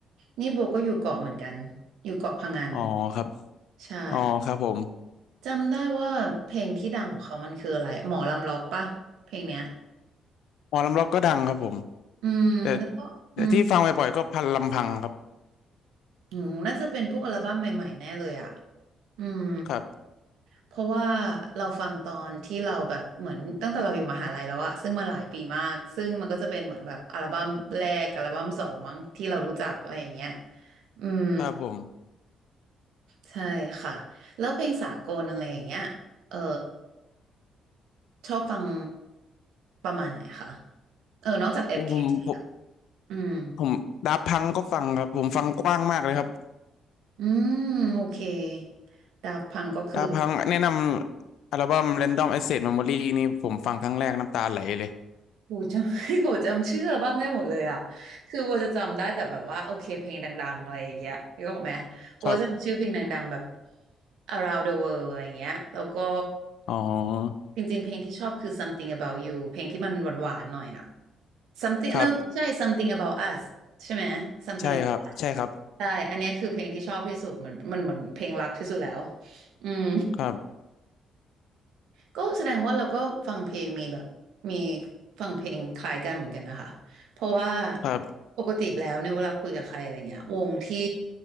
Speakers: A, on the right; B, on the left.
A: นี่โบก็อยู่เกาะเหมือนกันอยู่เกาะพะงัน
B: อ๋อครับ
A: ใช่
B: อ๋อครับผม
A: จำได้ว่าเพลงที่ดังของเขามันคืออะไรหมอลำล็อกปะเพลงเนี้ย
B: หมอลำร็อกก็ดังครับผม
A: อืมแล้วก็อืม
B: แต่แต่ที่ฟังบ่อยๆก็พันลำพังครับ
A: อืมน่าจะเป็นพวกอัลบั้มใหม่ๆแน่เลยอะ อืม
B: ครับ
A: เพราะว่าเราฟังตอนที่เราแบบเหมือนตั้งแต่เราอยู่มหาลัยแล้วอะซึ่งมาหลายปีมากซึ่งมันก็จะเป็นเหมือนแบบอัลบั้มแรกอัลบั้มสองมั้งที่เรารู้จักอะไรอย่างเงี้ยอืม
B: ครับผม
A: ใช่ค่ะแล้วเพลงสากลอะไรอย่างเงี้ยเออชอบฟังประมาณไหนคะเออนอกจาก FKT
B: โอ้ผมผม
A: อฟเคทีอะอืม
B: ผมดาพังก็ฟังครับผมฟังกว้างมากเลยครับ
A: อืมโอเคดาฟพังก็คือแบบ
B: ดาพังแนะนำอัลบั้ม Random Access Memory นี่ผมฟังครั้งแรกน้ำตาไหลเลย
A: โหจำ <laughs> โหจำชื่ออัลบั้มได้หมดเลยอ่ะคือโบจะจำได้แต่แบบว่าโอเคเพลงดังๆอะไรอย่างเงี้ยรอกไหมโบจำชื่อเพลงดังๆแบบ
B: ครับ
A: Around the World อะไรอย่างเงี้ยแล้วก็
B: อ๋อ
A: จริงๆเพลงที่ชอบคือ Something About You เพลงที่มันหวานๆหน่อยอ่ะ Something
B: ครับ
A: no ใช่ Something About Us ใช่ไหม Something
B: ใช่ครับใช่ครับ
A: About Us ใช่อันเนี้ยคือเพลงที่ชอบที่สุดเหมือนมันเหมือนเพลงรักที่สุดแล้วอืม
B: ครับ
A: ก็แสดงว่าเราก็ฟังเพลงมีแบบมีฟังเพลงคล้ายกันเหมือนกันนะคะเพราะว่า
B: ครับ
A: ปกติแล้วเนี่ยเวลาคุยกับใครอะไรเงี้ยวงที่